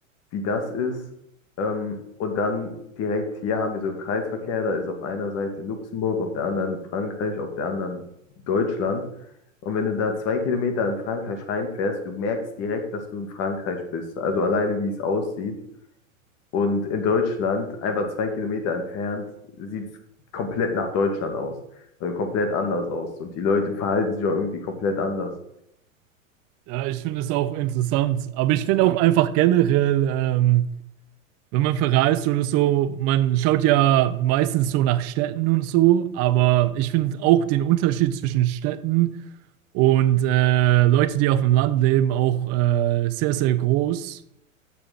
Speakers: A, on the left; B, on the right.
A: wie das ist, ähm, und dann direkt hier haben wir so einen Kreisverkehr, da ist auf einer Seite Luxemburg, auf der anderen Frankreich, auf der anderen Deutschland. Und wenn du da zwei Kilometer in Frankreich reinfährst, du merkst direkt, dass du in Frankreich bist. Also alleine, wie es aussieht. Und in Deutschland, einfach zwei Kilometer entfernt, sieht es komplett nach Deutschland aus. Also komplett anders aus. Und die Leute verhalten sich auch irgendwie komplett anders.
B: Ja, ich finde es auch interessant. Aber ich finde auch einfach generell, ähm, wenn man verreist oder so, man schaut ja meistens so nach Städten und so. Aber ich finde auch den Unterschied zwischen Städten und äh, Leute, die auf dem Land leben, auch äh, sehr, sehr groß.